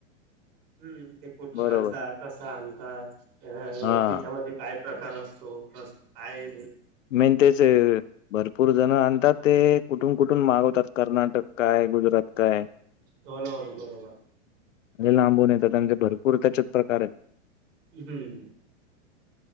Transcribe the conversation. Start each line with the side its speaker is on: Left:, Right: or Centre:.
Right: हम्म, ते कुठून
Left: बरोबर
Right: आणता, कसं आणता. अ
Left: हा
Right: तिच्यामध्ये काय प्रकार असतो, काय
Left: मेन तेच भरपूर जण आणतात ते कुठून-कुठून मागवतात कर्नाटक काय, गुजरात काय.
Right: हो ना, हो ना बरोबर.
Left: म्हे लांबून येतात, त्यांचे भरपूर त्याचे प्रकार आहेत.
Right: हम्म.